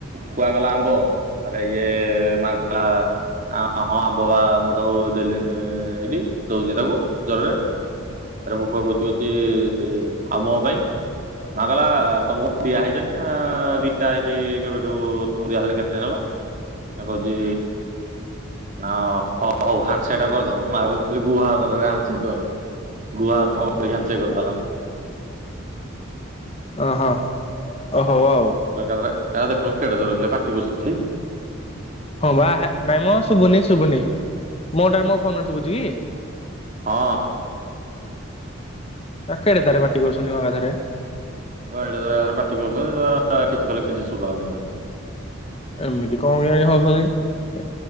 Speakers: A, on the right (about 40°); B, on the left (about 30°).
A: କୁହାରେଗଲା ଆମ୍ବ? ୟେ ମା କଲା ହଁ ଆମ୍ୱ ପା ମୁଁ ତାକୁ ଦେଲିଣି ଏଇଠି ଦଉଚି ତାକୁ ଜ୍ୱରରେ ତାର ମୁ ପା କହୁଚି ଚି ଆଉ ମୋ ପାଇଁ? ମା କହିଲା ତମ କୁ ପା ଦିଆ ହେଇଚି ନା ଦିଆ ହେଇଚି କେବେଠୁ ତମକୁ ଦିଆ ହେଲାଣି କେତେ ଦିନ ହେଲା।
B: <inaudible>
A: କହୁଚି ନା ହଉ ହଉ ହ୍ୟାଣ୍ଡଶେକ୍ ଟା କରିଦବ। ମୁ ଭାବୁଥିଲି ଗୁହ ହାତରେ ହ୍ୟାଣ୍ଡଶେକ୍ କରେ। ଗୁହ ହାତଟା ବଢ଼େଇକି ହାଣ୍ଡସେକ୍ କରିଦେଲା।
B: ଓ ହୋ ଓ ହୋ ଆଉ।
A: ଏକାଥରେ ଏରା ଦେଖୁନୁ କେଡେ ଜୋର ହେଲେ ପାଟିକରୁସନ୍ତି।
B: ହଁ ବା ହେ ନାଇଁ ମଁ ଶୁଭୁନି ଶୁଭୁନି ମୋ ଟାରେ ମୋ ଫୋନରେ ଶୁଭୁଛି କି?
A: ହଁ।
B: ତା କେଡେ ତାର ପାଟି କରୁଛନ୍ତି ମ ଏକାଥରେ
A: ହଁ ବା ଏଡ଼େ ଜୋରେ ଆହୁରି ପାଟି କରୁଛନ୍ତି ତ କିଛି ବୋଲି କିଛି ଶୁଭାହୋଉନି।
B: ଏମିତି କଣ କିଆଣି ହଉଛନ୍ତି?